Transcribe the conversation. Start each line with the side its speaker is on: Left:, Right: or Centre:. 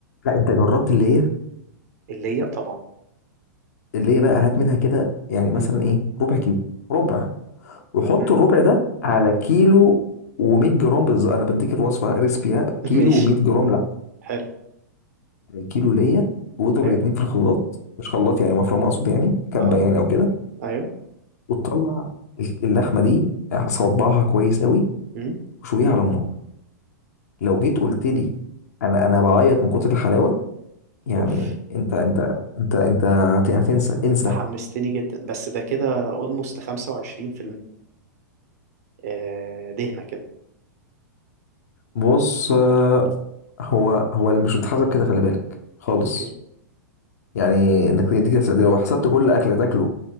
Left: لا انت جربت اللي هي
Right: اللي هي طبعا
Left: اللي هي بقى هات منها كده يعني مثلا
Right: م-
Left: ايه ربع كيلو ربع وحط
Right: م.
Left: الربع ده على كيلو و100 جرام بالظبط انا بديك الوصفه ريسبيها
Right: <laughs>
Left: كيلو
Right: ماشي
Left: و100 جرام لحمه
Right: حلو
Left: كيلو ليا واضرب
Right: ايوه
Left: الاثنين في الخلاط مش خلاط يعني مفرمه اقصد يعني كبه
Right: اه
Left: يعني او كده
Right: ايوه
Left: وتطلع اللحمه دي صبعها كويس قوي
Right: م.
Left: وشويها على النار لو جيت قلت لي انا انا بعيط من كتر الحلاوه يعني
Right: اوف
Left: انت انت انت انت هت- هتنسى انسى
Right: انت حمستني جدا بس ده كده اولموست 25% آه، دهنة كده
Left: بص آه، هو هو اللي مش بتحسب كده خلي بالك خالص
Right: اوكي
Left: يعني انك دي كده تقدير لو حسبت كل اكله تاكله